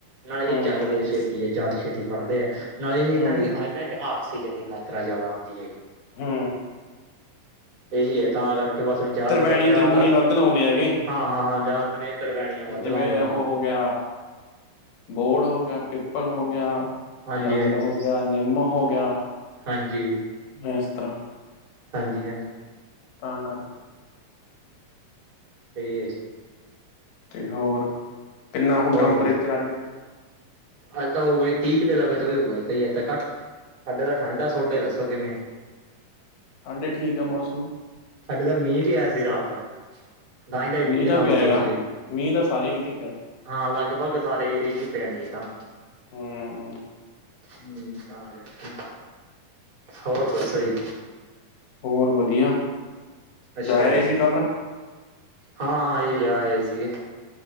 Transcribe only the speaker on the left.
ਹੂੰ
ਹੂੰ
ਹੂੰ।
ਤਰਵੈਣੀ
ਤਰਬੂਣੀ ਵੱਧ ਲਾਉਂਦੇ ਹੈਗੇ
ਜਿਵੇਂ
ਉਹ
ਹੋ ਗਿਆ
ਬੋਹੜ ਹੋ ਗਿਆ, ਪਿੱਪਲ ਹੋ ਗਿਆ।
ਜੰਡ
ਹੋ ਗਿਆ, ਨਿੰਮ ਹੋ ਗਿਆ,
ਇਸ ਤਰ੍ਹਾਂ।
ਤਾਂ ਕਰਕੇ।
ਤੇ ਹੋਰ, ਕਿੰਨਾ ਹੋਉ
ਟੈਂਪਰੇਚਰ ਅੱਜ?
ਸਾਡੇ ਠੀਕ ਆ ਮੌਸਮ।
ਮੀਂਹ ਤਾਂ
ਪਿਆ
ਹੈਗਾ
ਮੀਂਹ ਤਾਂ ਸਾਰੇ ਕਿਤੇ ਪਿਆ
ਹੂੰ
ਹੋਰ ਵਧੀਆ,
ਜਾਇਆ ਆਏ
ਸੀ ਕੱਲ।